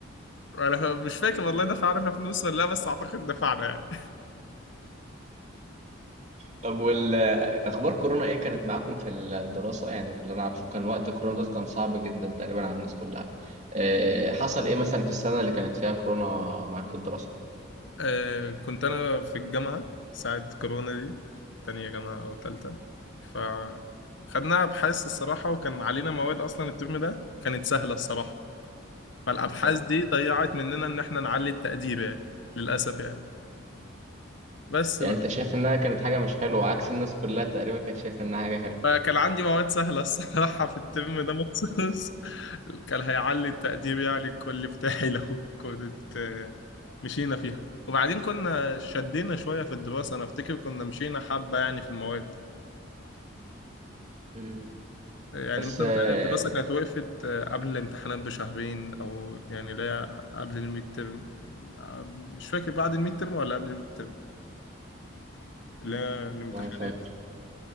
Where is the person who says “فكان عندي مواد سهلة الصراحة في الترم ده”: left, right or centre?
Left